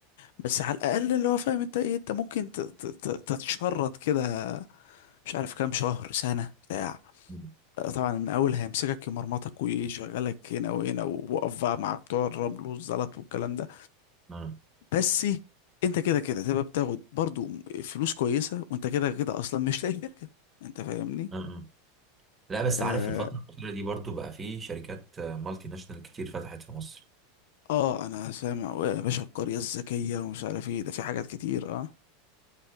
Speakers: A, on the left (about 75°); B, on the right (about 20°).
A: بس على الاقل اللي هو فاهم انت ايه انت ممكن ت- ت- ت- تتشرط كده مش عارف كام شهر سنه بتاع
B: امم،
A: طبعا من اول هيمسكك يمرمطك ويشغلك هنا وهنا ووقف بقى مع بتوع الرمل والزلط والكلام ده
B: اه
A: بس انت كده كده تبقى بتاخد برضو فلوس كويسه وانت كده كده اصلا مش لاقي شركه انت فاهمني
B: اه آه. لا بس
A: اه,
B: عارف الفترة الأخيرة دي برضو بقى في شركات آه، مالتي ناشونال كتير فتحت في مصر
A: آه انا سامع يا باشا القريه الذكيه ومش عارف ايه ده في حاجات كتير اه